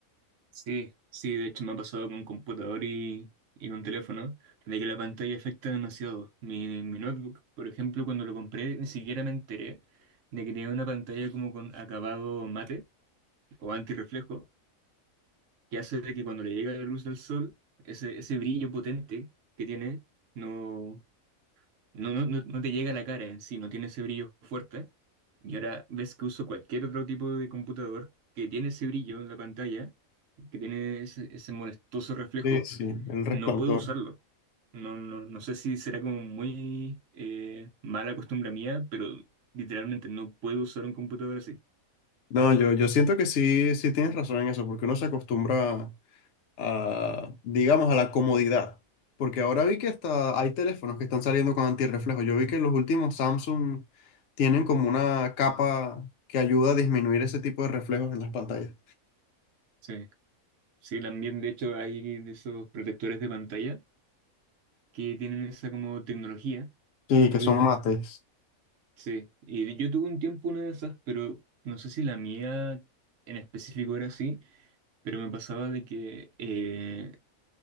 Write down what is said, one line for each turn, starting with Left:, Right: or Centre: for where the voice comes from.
Right: Sí, sí, de hecho me ha pasado con computador y, y con teléfono, de que la pantalla afecta demasiado. Mi, mi notebook, por ejemplo, cuando lo compré, ni siquiera me enteré de que tenía una pantalla como con acabado mate o antirreflejo, que hace de que cuando le llega la luz del sol, ese, ese brillo potente que tiene, no, no, no, no, no te llega a la cara en sí, no tiene ese brillo fuerte. Y ahora ves que uso cualquier otro tipo de computador que tiene ese brillo en la pantalla, que tiene ese, ese molestoso reflejo,
Left: Sí, sí, el
Right: no
Left: resplandor.
Right: puedo usarlo. No, no, no sé si será como muy eh, mala costumbre mía, pero literalmente no puedo usar un computador así.
Left: No, yo, yo siento que sí, sí tienes razón en eso, porque uno se acostumbra a, digamos, a la comodidad. Porque ahora vi que hasta hay teléfonos que están saliendo con antirreflejo. Yo vi que los últimos Samsung tienen como una capa que ayuda a disminuir ese tipo de reflejos en las pantallas.
Right: Sí. Sí, también de hecho hay de esos protectores de pantalla que tienen esa como tecnología
Left: Sí,
Right: incluida
Left: que son mates.
Right: Sí, y yo tuve un tiempo una de esas, pero no sé si la mía en específico era así, pero me pasaba de que eh,